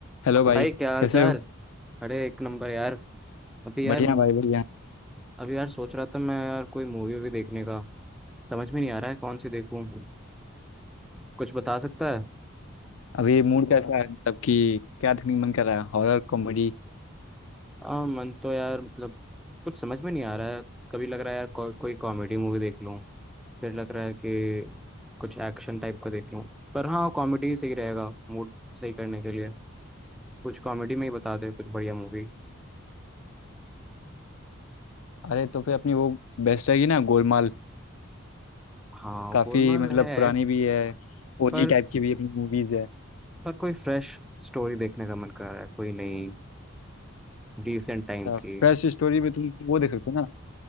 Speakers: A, on the left; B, in the centre.
A: Hello
B: और
A: भाई
B: भाई क्या हाल
A: कैसे
B: चाल
A: हो
B: अरे एक नंबर यार अभी यार
A: बढ़िया
B: मु-
A: भाई बढ़िया
B: अभी यार सोच रहा था मैं यार कोई मूवी वूवी देखने का समझ में नहीं आ रहा है कौन सी देखूं कुछ बता सकता है
A: अभी मूड कैसा है मतलब कि क्या देखने का मन कर रहा है हॉरर कॉमेडी
B: हाँ मन तो यार मतलब कुछ समझ में नहीं आ रहा है कभी लग रहा है यार को, कोई कॉमेडी मूवी देख लूं फिर लग रहा है कि कुछ एक्शन टाइप का देख लूं पर हाँ कॉमेडी सही रहेगा मूड सही करने के लिए कुछ कॉमेडी में ही बता दे कुछ बढ़िया मूवी
A: अरे तो फिर अपनी वो बेस्ट रहेगी ना गोलमाल
B: हाँ
A: काफ़ी
B: गोलमाल
A: मतलब
B: है
A: पुरानी भी है ओजी
B: पर
A: टाइप की भी अपनी मूवीज़ है
B: पर कोई फ्रेश स्टोरी देखने का मन कर रहा है कोई नई रिसेंट टाइम
A: अच्छा
B: की
A: फ्रेश स्टोरी में तुम वो देख सकते हो ना